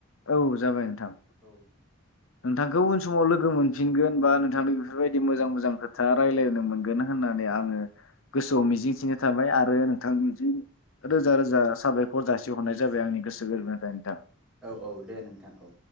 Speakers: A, on the left; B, in the centre.
A: औ जाबाय नोंथां
B: औ
A: नोंथांखौ उन समाव लोगो मोनफिनगोन बा नोंथांनि बेफोरबायदि मोजां मोजां खोथा रायजलायनो मोनगोन होननानै आङो गोसोआव मिजिंथिनाय थाबाय आरो नोंथांनिजों रोजा रोजा साबायखर जासिहरनाय जाबाय आंनि गोसो गोरबोनिफ्राय नोंथां।
B: औ औ दे नोंथां औ।